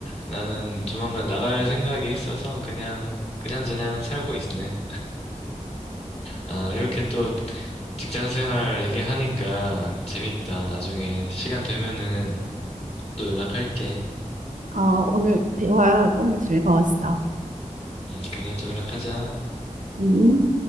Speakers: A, on the left; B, on the right.
A: 나는 조만간 나갈 생각이 있어서 그냥, 그냥저냥 살고 있네. 아, 이렇게 또 직장 생활 얘기하니까 재밌다. 나중에 시간 되면은 또 연락할게.
B: 아, 오늘 대화 너무 즐거웠어.
A: 음, 그래, 또 연락하자.
B: 음.